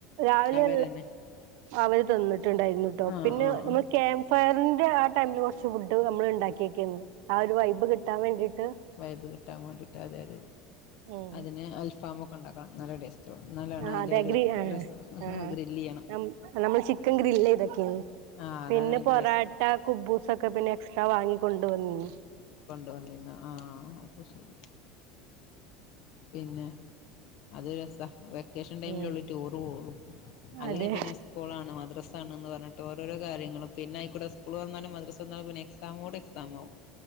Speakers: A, on the right (about 70°); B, on the left (about 60°).
A: രാവിലെ,
B: അവരന്നെ
A: അവര് തന്നിട്ടുണ്ടായിരുന്നുട്ടോ
B: ആ
A: പിന്നെ
B: ആ
A: നമ്മള്
B: ആ
A: ക്യാമ്പ് ഫയറിന്റെ ആ ടൈമില് കൊറ ഫുഡ് നമ്മൾ ഇണ്ടാക്കിയെക്കേന്ന് ആ ഒര് വൈബ് കിട്ടാൻ വേണ്ടിട്ട്
B: വൈബ് കിട്ടാൻ വാണ്ടിട്ട് അതെ അതെ അതെ
A: ഉം
B: അതിന് അൽ ഫാമൊക്ക ഇണ്ടാക്ക നല്ല ടേസ്റ്റ് എന്നാലാണ്
A: ആഹ്
B: അതിന്റെ
A: അതെ
B: ഒരു
A: ഗ്രി ആഹ്
B: രസം
A: ആഹ്
B: ഗ്രില്ല് ചെയ്യണം
A: നം നമ്മൾ ചിക്കൻ ഗ്രില്ല് ചെയ്തൊക്കെയ്ന്നു
B: ആഹ് അതാണ്
A: പിന്നെ
B: അതിൻ്റെ
A: പൊറാട്ട,
B: രസം
A: കുബൂസൊക്കെ പിന്നെ എക്സ്ട്രാ വാങ്ങി കൊണ്ട് വന്നിന്
B: കൊണ്ടുവന്നിരുന്ന ആഹ്‌ അത് ശെരി പിന്നെ അത് രസ വെക്കേഷൻ ടൈമില്
A: ഉം
B: അവള് ടൂറ് പോകും അല്ലെങ്കിൽ
A: അതെ
B: പിന്നെ സ് സ്കൂളാണ് മദ്രാസണെന്ന് പറഞ്ഞിട്ട് ഓരോരോ കാര്യങ്ങളും പിന്നെ അയി കൂടെ സ്കൂള് തൊറന്നാലും മദ്രസ തൊറന്നാലും പിന്നെ എക്സ് ക്‌സാമോഡ് എക്സാമവും